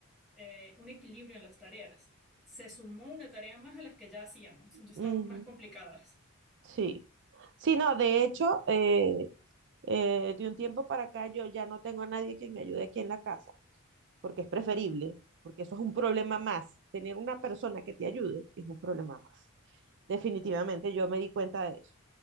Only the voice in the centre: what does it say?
eh, un equilibrio en las tareas. Se sumó una tarea más a las que ya hacíamos, entonces
estamos más complicadas.